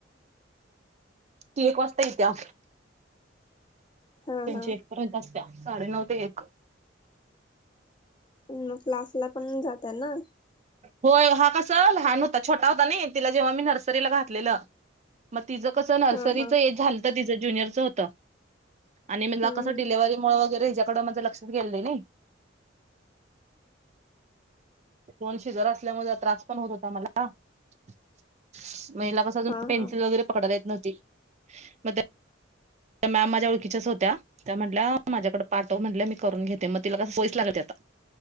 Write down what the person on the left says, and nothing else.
हा
हा
मग क्लास ला पण जातय ना?
हा हा
हम्म
हम्
हा
हा